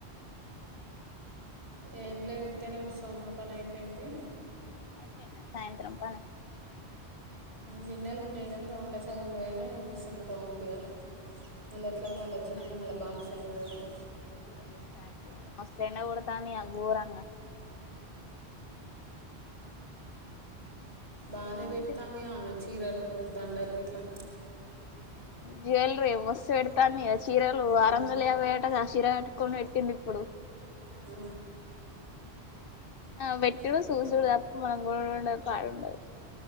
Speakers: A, on the right; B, on the left.
A: ఏం లేదు ఉత్తనే కుసోని ఉన్నాం పని అయిపోయింది
B: అయిపోయిందా సాయంత్రం పని
A: గిన్నెలు ఉన్నాయి కానీ దోమలే సగం దోమిన ఈడ కూసున్న తోముబుద్ధిగాక మళ్ళీ ఎట్లాగు
B: నేను
A: వాళ్ళు
B: ఇంక
A: వచ్చినాక
B: నాది ఇంకేం
A: మళ్ళీ బాక్సులు
B: కాలేదు
A: కడగాల
B: ఇప్పుడే స్టార్ట్ మస్తు ఎండ కొడతాంది ఇగా ఘోరంగా
A: బానే
B: ఏంటి
A: పెడతాందిగా ఆమె చీరలు లు దండల్ గిట్లా
B: జ్యువెలరీ మస్తు పెడు ధన్య చీరలు ఆరవందల
A: ఆ,
B: యాబై అటగా ఆ చీర కొన్ని పెట్టింది ఇప్పుడు
A: ఆ
B: ఆ వెట్టుడు
A: ఆ,
B: సూసుడు తప్ప మనం <inaudible> కాడ ఉండదు